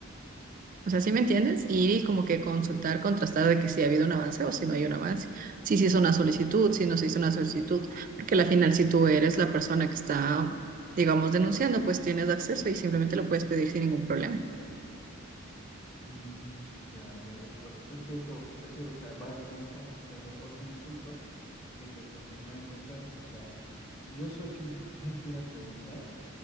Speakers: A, on the right; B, on the left.
A: O sea, ¿sí me entiendes? y como que consultar, contrastar de que si ha habido un avance o si no hay un avance, si se hizo una solicitud, si no se hizo una solicitud, porque al final si tú eres la persona que está, digamos, denunciando, pues tienes acceso y simplemente lo puedes pedir sin ningún problema.
B: Mm, ya, ya veo, pero pues es que eso, eso, o sea, va al punto, eh, refuerza mi punto de que, pues, al final de cuentas, o sea, yo soy quien <laughs> tendría que ir a preguntar